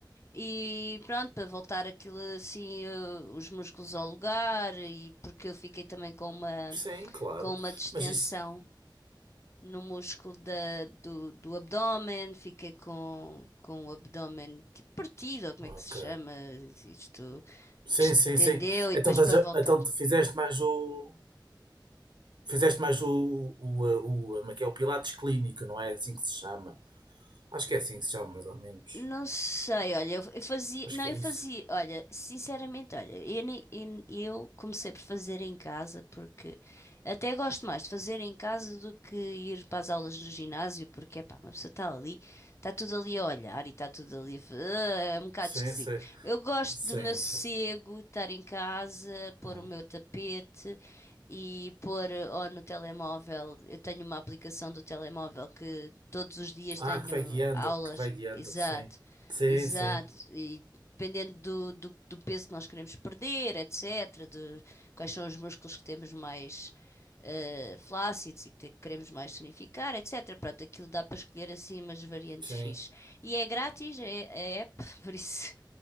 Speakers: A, on the left; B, on the right.
A: E pronto, para voltar aquilo assim, eh, os músculos ao lugar, e porque eu fiquei também com uma,
B: Sim, claro.
A: com uma distensão
B: Mas isso,
A: no músculo da, do, do abdómen, fiquei com, com o abdómen tipo partido, ou como
B: Ok.
A: é que se chama? Isto
B: Sim,
A: distendeu
B: sim, sim.
A: e
B: Então,
A: depois
B: estás
A: para
B: a-
A: voltar.
B: então tu fizeste mais o. Fizeste mais o. o, o, o como é que é? O Pilates Clínico, não é assim que se chama? Acho que é assim que se chama, mais ou menos.
A: Não sei, olha, eu eu fazia,
B: Acho
A: não,
B: que
A: eu
B: é isso.
A: fazia, olha, sinceramente, olha, eu, nem- eu eu comecei por fazer em casa porque até gosto mais de fazer em casa do que ir para as aulas do ginásio, porque, pá, uma pessoa está ali, está tudo ali a olhar e está tudo ali a, fa- ah, é um bocado
B: Sim,
A: esquisito.
B: sim.
A: Eu gosto
B: Sim,
A: do meu sossego,
B: sim.
A: estar em casa, pôr
B: Hum.
A: o meu tapete e pôr eh, ou no telemóvel, eu tenho uma aplicação do telemóvel que todos os dias
B: Ah,
A: tenho
B: que vai guiando,
A: aulas
B: que vai guiando,
A: Exato,
B: sim. Sim,
A: exato.
B: sim.
A: E dependendo do, do, do peso que nós queremos perder, etc., de quais são os músculos que temos mais eh, flácidos e que te- queremos mais tonificar, etc. Pronto, aquilo dá para escolher assim umas variantes
B: Sim.
A: fixe. E é grátis, é, é app, <laughs> por isso,